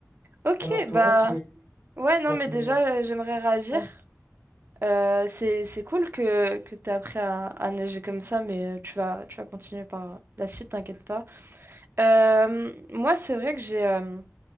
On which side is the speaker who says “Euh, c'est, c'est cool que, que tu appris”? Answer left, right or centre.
Right